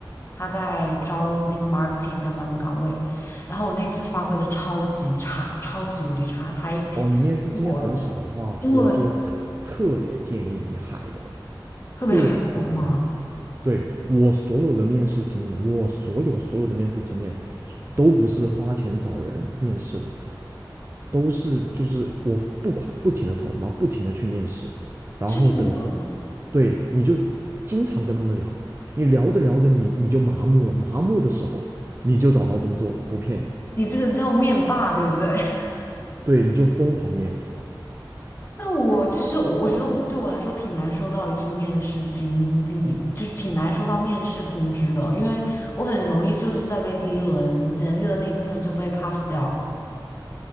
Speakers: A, on the left (about 30°); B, on the right (about 30°).
A: 他在招那个 marketing 相关的岗位，然后我那次发挥的超级差，超级无敌差，他一
B: 哦，你面试经验很少的话，
A: 我对。
B: 我就特特别建议你海投，
A: 特别还好嘛，
B: 特别建议你海对我所有的面试经验，我所有所有的面试经验，都不是花钱找人面试的，都是就是我不垮不停的投，然后不停的去面试，然后得出来，
A: 这种，吗
B: 对，你就经常跟他们聊，你聊着聊着你你就麻木了，麻木的时候你就找到工作了，不骗你，
A: 你这个叫面霸，对不对？<laughs>
B: 对，你就疯狂面。
A: 那我其实我我觉得我对我来说挺难收到一次面试经历，就是挺难收到面试通知的，因为我很容易就是在被第一轮简历的那一部分就被 pass 掉，